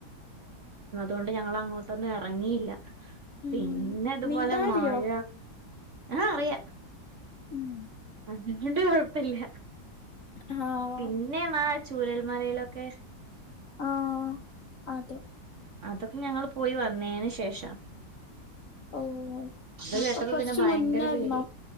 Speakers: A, on the right (about 45°); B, on the left (about 50°).
A: അതുകൊണ്ട് ഞങ്ങ അങ്ങോട്ടൊന്നും ഇറങ്ങിയില്ല
B: ഉം
A: പിന്നെ ഇതുപോലെ
B: നീന്താറിയോ
A: മഴ ആഹ അറിയ
B: ഉം
A: അതുകൊണ്ട് കൊഴപ്പല്ല
B: ആഹ്
A: പിന്നെ മാ ചൂരൽ മലയിലൊക്കെ
B: ആഹ് അതെ
A: അതൊക്കെ ഞങ്ങള് പോയി വന്നേയ്ന് ശേഷാ
B: ഓഹ്
A: അത്
B: അപ്പൊ
A: കേട്ടപ്പോ
B: കൊറച്ച്
A: പിന്നെ ഭയങ്കര
B: മുന്നായിരുന്നോ
A: പേട്യേ